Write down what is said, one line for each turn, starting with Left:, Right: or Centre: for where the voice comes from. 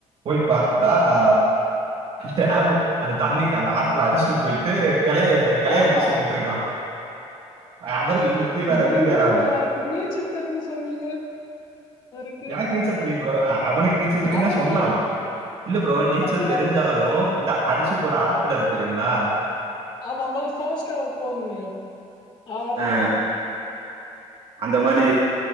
Right: போய் பாத்தா
Left: ம்
Right: ஆ டமு அந்த தண்ணி அந்த ஆத்தூல அடிச்சுட்டு போயிட்டு கெளைய கெளய
Left: அவரா
Right: புடிச்சுட்டு நின்றுக்கா அவருல்ல இது வேற
Left: நீங்களே
Right: இது வேற ஆளூ
Left: ஒரு அவருக்கு நீச்சல் தெரியுனு சொன்னீங்க அவருக்கு
Right: எனக்கு நீச்சல் தெரியு ப்ரோ அவனுக்கு நீச்சல் தெரியுந்தா
Left: அவருக்கு
Right: சொன்னா இல்ல ப்ரோ நீச்சல்
Left: அப்புறோ
Right: தெரிஞ்சாலூ இந்த அடிச்சு போற ஆத்துல இருக்கு தெரியுங்களா
Left: ஆமா ஆமா ஃபாஸ்ட்டா போகுமே ஆர்ல்லா
Right: ஆ. அந்த மாரி